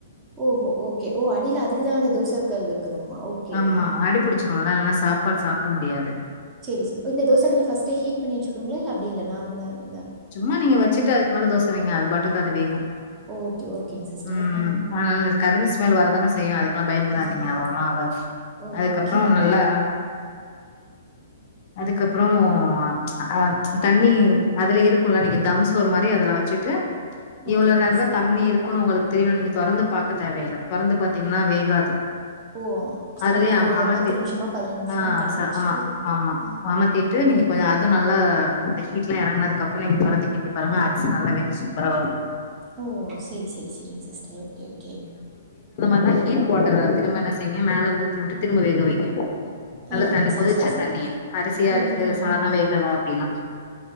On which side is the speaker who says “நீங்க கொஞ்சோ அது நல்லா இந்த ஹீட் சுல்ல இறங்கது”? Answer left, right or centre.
Left